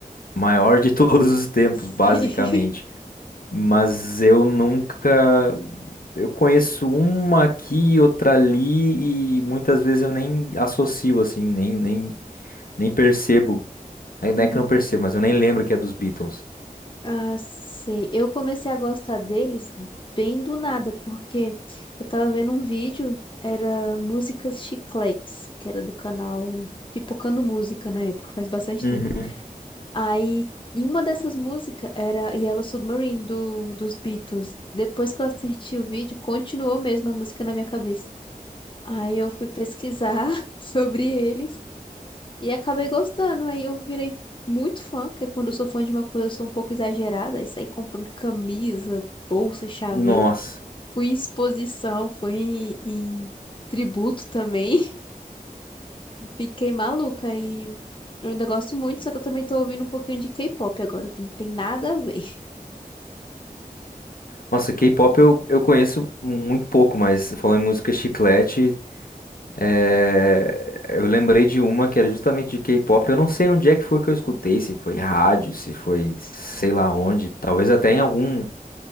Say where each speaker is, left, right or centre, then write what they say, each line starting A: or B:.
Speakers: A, on the left; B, on the left.
A: maior de <laughs> todos os tempos,
B: <laughs> Sim.
A: basicamente. Mas eu nunca, eu conheço uma aqui, outra ali e muitas vezes eu nem associo assim, nem nem nem percebo. Não
B: Hum.
A: é que não percebo, mas eu nem lembro que é dos Beatles.
B: Ah, sei. Eu comecei a gostar deles bem do nada, porque eu tava vendo um vídeo, era Músicas Chicletes, que era do canal Pipocando Música na época, faz bastante
A: Uhum.
B: tempo. Aí, em uma dessas músicas era Yellow Submarine do, dos Beatles. Depois que eu assisti o vídeo, continuou mesmo a música na minha cabeça. Aí eu fui pesquisar <laughs> sobre eles e acabei gostando. Aí eu virei muito fã, porque quando eu sou fã de uma coisa, eu sou um pouco exagerada. Aí saí comprando camisa, bolsa, chaveiro.
A: Nossa.
B: Fui em exposição, fui em, em tributo também. <laughs> Fiquei maluca e eu ainda gosto muito, só que eu também tô ouvindo um pouquinho de K-pop agora, que não tem nada a ver.
A: Nossa, K-pop eu, eu conheço muito pouco, mas falando em música chiclete, é, eu lembrei de uma que era justamente de K-pop. Eu não sei onde é que foi que eu escutei, se foi rádio, se foi sei lá onde, talvez até em algum,